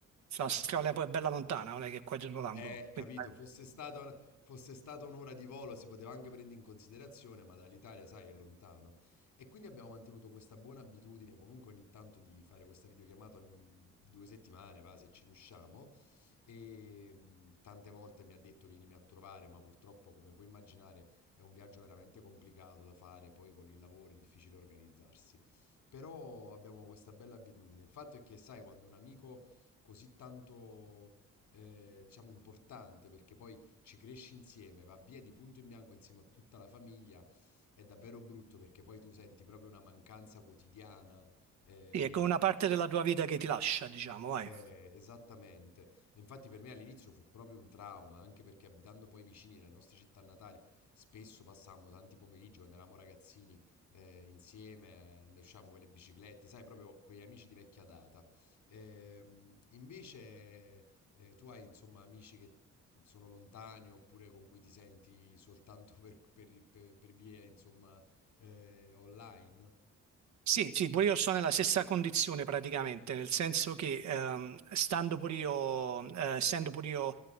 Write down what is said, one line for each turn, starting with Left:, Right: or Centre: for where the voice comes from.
Right: la strada poi è bella lontana, non è che è qua dietro l'angolo.
Left: Eh, capito,
Right: Quindi,
Left: fosse stata una- fosse stata un'ora di volo si poteva anche prendere in considerazione, ma dall'Italia, sai, è lontano. E quindi abbiamo mantenuto questa buona abitudine comunque ogni tanto di fare questa videochiamata ogni due settimane, va, se ci riusciamo. E mh, tante volte mi ha detto vienimi a trovare, ma purtroppo, come puoi immaginare, è un viaggio veramente complicato da fare, poi con il lavoro è difficile organizzarsi. Però abbiamo questa bella abitudine. Il fatto è che, sai, quando un amico così tanto eh, diciamo, importante perché poi ci cresci insieme, va via di punto in bianco insieme a tutta la famiglia, è davvero brutto perché poi tu senti proprio una mancanza quotidiana. eh,
Right: sì, è come una parte della tua vita che ti lascia, diciamo, vai.
Left: eh, esattamente. E infatti per me all'inizio fu proprio un trauma, anche perché abitando poi vicini nelle nostre città natali, spesso passavamo tanti pomeriggi quando eravamo ragazzini eh, insieme, andavamo con le biciclette, sai, proprio quegli amici di vecchia data. Ehm, invece eh, tu hai insomma amici che sono lontani oppure con cui ti senti soltanto per, per- per- per via insomma eh, online?
Right: Sì, sì, pure io sono nella stessa condizione praticamente, nel senso che ehm, stando pure io, eh, essendo pure io